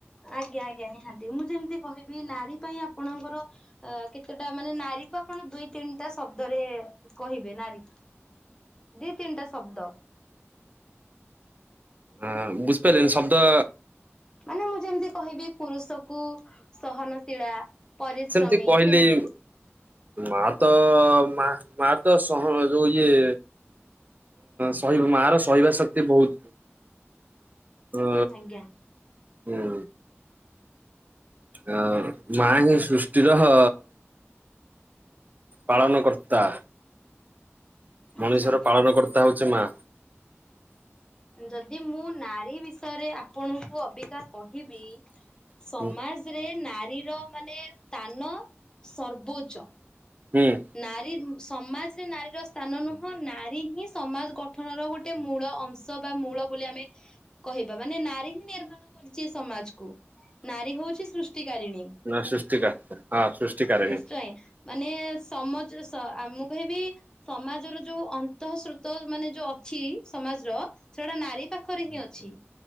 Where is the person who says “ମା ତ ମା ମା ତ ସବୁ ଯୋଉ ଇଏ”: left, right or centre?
Right